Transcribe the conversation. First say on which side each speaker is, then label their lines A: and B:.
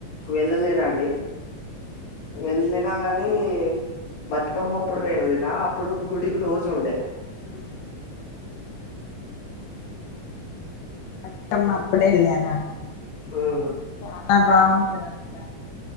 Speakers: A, on the left (about 60°); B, on the left (about 75°).
A: వెళ్ళలేనండి వెళ్ళిన కానీ నీ బతుకమ్మప్పుడు వెళ్లిన అప్పుడు గుడి క్లోజ్ ఉండే
B: ఆ ఊ బత్కమ్మ అప్పుడెళ్ళారా
A: ఉమ్
B: చాలా బాగుంటుందంట